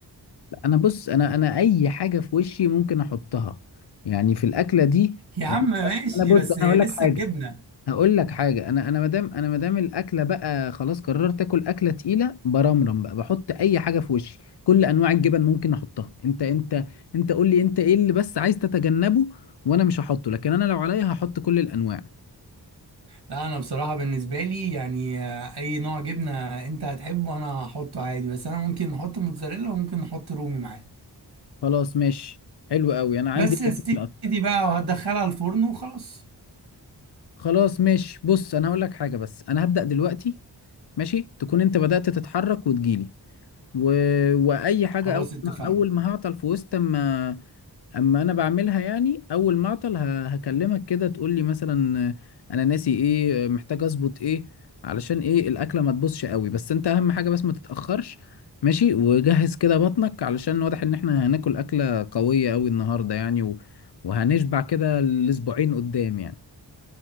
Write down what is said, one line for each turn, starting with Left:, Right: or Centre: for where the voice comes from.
Left: لا انا بص انا انا اي حاجة في وشي ممكن احطها يعني في الاكلة دي
Right: يا
Left: يعني
Right: عم ماشي
Left: انا بص
Right: بس
Left: انا
Right: لسه
Left: اقول لك حاجة
Right: الجبنة
Left: هقول لك حاجه انا انا مادام انا مادام الاكله بقى خلاص قررت اكل اكله تقيله برمرم بقى بحط اي حاجه في وشي كل انواع الجبن ممكن احطها انت انت انت قول لي انت ايه اللي بس عايز تتجنبه وانا مش هحطه لكن انا لو عليا هحط كل الانواع
Right: لا انا بصراحة بالنسبة لي يعني آه، اي نوع جبنة انت هتحبه انا هحطه عادي بس انا ممكن نحط موتزاريلا وممكن نحط رومي معاه
Left: خلاص ماشي حلو قوي انا عندي
Right: بس يا
Left: الاتنين
Right: سيدي
Left: أصلاً.
Right: بقى وهتدخلها الفرن وخلاص
Left: خلاص ماشي بص انا هقول لك حاجه بس انا هبدا دلوقتي ماشي تكون انت بدات تتحرك وتجيلي و... واي حاجه
Right: خلاص
Left: اول
Right: اتفقنا
Left: ما اول ما هعطل في وسط اما اما انا بعملها يعني اول ما اعطل ه- هكلمك كده تقول لي مثلا آه، انا ناسي ايه آه، محتاج اظبط ايه علشان ايه الاكله ما تبوظش قوي بس انت اهم حاجه بس ما تتاخرش ماشي وجهز كده بطنك علشان واضح ان احنا هناكل اكله قويه قوي النهارده يعني و... وهنشبع كده الاسبوعين قدام يعني